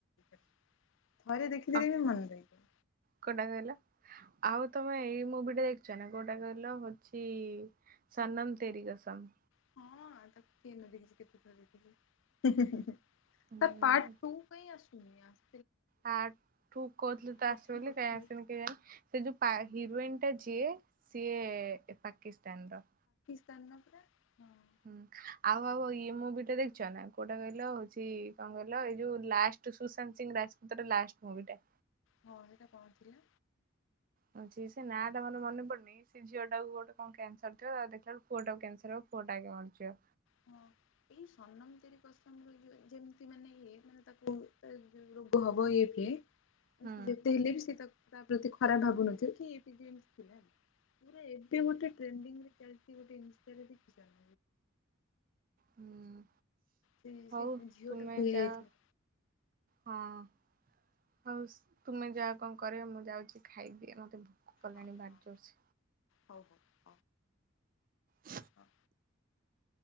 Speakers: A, on the left (about 70°); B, on the right (about 45°).
A: <inaudible> ଥରେ ଦେଖିଦେଲେ
B: ହଁ
A: ବି ମନ ରହିଯିବ।
B: କୋଉଟା କହିଲ ଆଉ ତମେ ଏଇ ମୁଭିଟା ଦେଖିଛ୍ ନା କୋଉଟା କହିଲ ହଉଛି ସନମ ତେରି କସମ।
A: ହଁଅ-ଅ ତାକୁ କିଏ ନ ଦେଖିଛି କେତେ ଥର ଦେଖିଛି। ତ ପାର୍ଟ
B: ହୁଁ
A: ଟୁ କାଇଁ ଆସୁ <inaudible>
B: ପାର୍ଟ ଟୁ କହୁଥିଲେ
A: ପକ୍ଷୀ
B: ତ ଆସିବ ବୋଲି
A: ପକ୍ଷୀ
B: କାଇଁ ଆସିନି କେଜାଣି ସେ ଯୋଉ ପା ହିରୋଇନଟା ଯିଏ ସିଏ-ଏ-ଏ ପାକିସ୍ତାନର।
A: ସ୍ତାନର ପରା। ହଁ।
B: ହୁଁ ଆଉ ଆଉ ଇଏ ମୁଭିଟା ଦେଖିଛ ନା କୋଉଟା କହିଲ ହଉଛି କଣ କହିଲ <inaudible> ଏଇ ଯୋଉ ଲାଷ୍ଟ ସୁଶାନ୍ତ ସିଂ ରାଜପୁତର ଲାଷ୍ଟ୍ ମୁଭିଟା।
A: ହଁ ସେଟା କଣ ଥିଲା?
B: ହଁ ଯେ ସେ ନାଁଆଟା ମୋର ମନେ ପଡୁନି ସେ ଝିଅଟାକୁ ଗୋଟେ କଣ କ୍ୟାନସର ଥିବ ତ ଦେଖିଲା ବେଳକୁ ପୁଅଟାକୁ କ୍ୟାନସର୍ ହବ ପୁଅଟା ଆଗେ ମରିଯିବ।
A: ହଁ ଏଇ ସନମ ତେରି କସମ ର ଯୋ ଯେମିତି ମାନେ ଇଏ ମାନେ ତାକୁ ରୋଗ ହବ ଏକେ
B: ହୁଁ
A: ଯେତେହେଲେ ବି ସେ ତାକୁ ତା ପ୍ରତି ଖରାପ ଭାବୁନଥିବ କି <inaudible> ପୁରା ଏବେ ଗୋଟେ ଟ୍ରେଣ୍ଡିଙ୍ଗରେ ଚାଲିଚି ଗୋଟେ ଇନଷ୍ଟାରେ ‌ଦେଖିଛ ନା?
B: ହୁଁ।
A: ସେ
B: ହଉ
A: ସେ ଝିଅଟାକୁ
B: ତୁମେ
A: ଇଏ
B: ଯାଅ
A: ହେଇଯାଇଥିଲା
B: ହଁ। ହଉ ତୁମେ ଯାଆ କଣ କର ମୁଁ ଯାଉଛି ଖାଇଦିଏ ମତେ ଭୋକ କଲାଣି
A: ହଁ
B: ଭାରି
A: ହଁ
B: ଜୋରସେ।
A: ହଉ ହଉ।
B: ହୁଁ।
A: ହଁ।